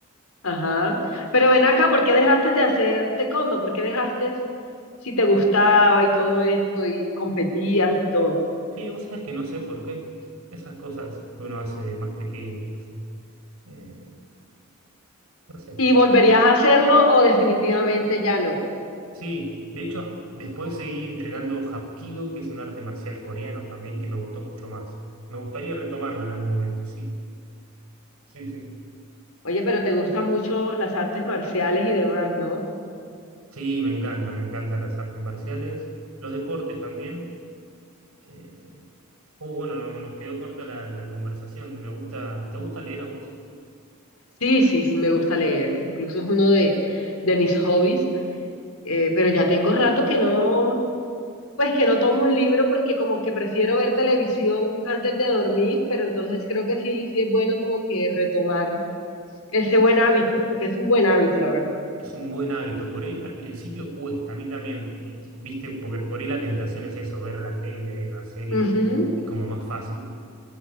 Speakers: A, on the left; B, on the right.
A: Ajá. Pero ven acá, ¿por qué dejaste de hacer taekwondo? ¿Por qué dejaste si te gustaba y todo esto y competías y todo?
B: Sí, vos sabés que no sé por qué. Esas cosas que uno hace de más pequeño, no sé. Eh, no sé.
A: ¿Y volverías a hacerlo o definitivamente ya no?
B: Sí, de hecho, después seguí entrenando Hapkido, que es un arte marcial coreano también, que me gustó mucho más. Me gustaría retomarlo en algún momento, sí. Sí, sí.
A: Oye, pero te gustan mucho las artes marciales y demás, ¿no?
B: Sí, me encantan, me encantan las artes marciales, los deportes también. Eh, uh, bueno, no- nos quedó corta la, la conversación. Me gusta, ¿te gusta leer a vos?
A: Sí, sí, sí, me gusta leer. Incluso es uno de, de mis hobbies. Eh, pero ya tengo rato que no, pues que no tomo un libro porque como que prefiero ver televisión antes de dormir, pero entonces creo que sí, sí es bueno como que retomar ese buen hábito, porque es un buen hábito, la verdad.
B: Es un buen hábito. Por él al principio cuesta, a mí también. eh, viste, porque por ahí la tentación es eso, ver la tele, ver una serie,
A: Ujú.
B: es como más fácil.